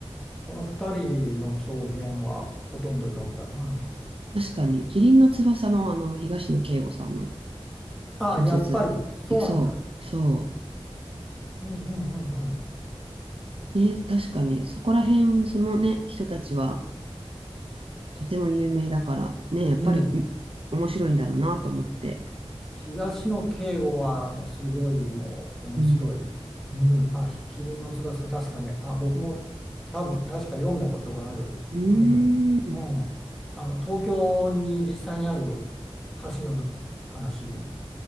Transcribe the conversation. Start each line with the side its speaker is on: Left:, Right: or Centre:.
Centre: この2人の長編はほとんど読んだな。
Right: 確かに、キリンの翼もあの、東野圭吾さんの
Centre: あ、
Right: 小説。
Centre: やっぱり、そうなんだ。
Right: いそう、そ
Centre: うんうんうん
Right: う。ね、確かに、そこら辺、そのね、人たちはとても有名だから、ね、やっぱり、
Centre: うん。うん、
Right: ん面白いんだろうなと思って。
Centre: 東野圭吾はもうすごいもう面白い。
Right: うん。
Centre: うん、あ、キリンの翼確かに、あ、僕も多分確か読んだことがある。
Right: うーん。
Centre: うん、うん。あの東京に実際にある橋の話